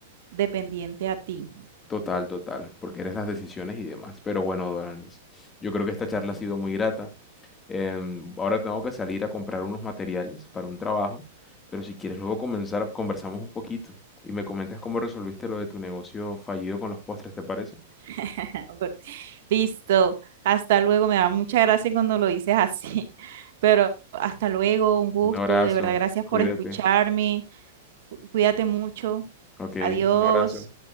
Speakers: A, on the right; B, on the left.
A: dependiente a ti.
B: total, total, porque eres las decisiones y demás. Pero bueno, Doranis, yo creo que esta charla ha sido muy grata. Em, ahora tengo que salir a comprar unos materiales para un trabajo, pero si quieres luego comenzar, conversamos un poquito y me comentas cómo resolviste lo de tu negocio fallido con los postres, ¿te parece?
A: <laughs> Por- Listo, hasta luego, me da mucha gracia cuando lo dices así, <laughs> pero hasta luego, un gusto,
B: Un abrazo,
A: de verdad, gracias
B: cuídate.
A: por escucharme, cu- cuídate mucho,
B: Ok,
A: adiós.
B: un abrazo.